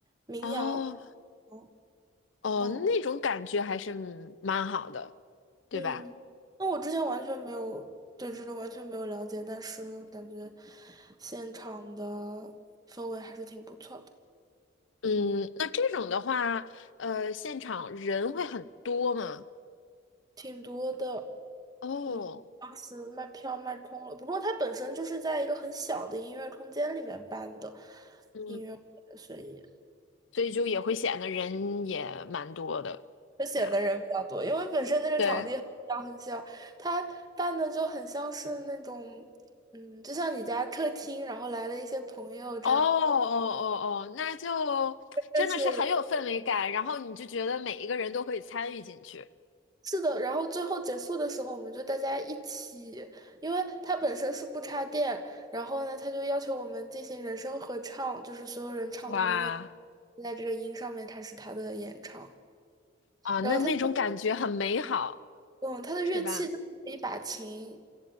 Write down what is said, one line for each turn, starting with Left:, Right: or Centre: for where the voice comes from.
Right: 民谣，
Left: 哦
Right: 嗯
Left: 哦，
Right: 嗯。
Left: 那种感觉还是嗯蛮好的，对吧？
Right: 嗯，那我之前完全没有对这个完全没有了解，但是感觉现场的氛围还是挺不错的，
Left: 嗯，那这种的话，呃，现场人会很多吗？
Right: 挺多的。
Left: 哦，
Right: 嗯，当时卖票卖空了，不过它本身就是在一个很小的音乐空间里面办的
Left: 嗯，
Right: 音乐会，所以
Left: 所以就也会显得人也蛮多的，
Right: 就显得人比较多，
Left: 这样。
Right: 因为本身那个场地很小很小，
Left: 对。
Right: 它办的就很像是那种，嗯，就像你家客厅，然后来了一些朋友这样。
Left: 哦哦哦哦，那就真的是很有氛围感，
Right: 认识的
Left: 然后你就觉得每一个人都可以参与进去
Right: 是的，然后最后结束的时候，我们就大家一起，因为它本身是不插电，然后呢，他就要求我们进行人声合唱，就是所有人唱同一个音
Left: 哇，
Right: 在这个音上面开始他的演唱。
Left: 啊，
Right: 然后他，
Left: 那那种感觉很美好，
Right: 嗯，他的乐器就是一把琴，
Left: 是吧？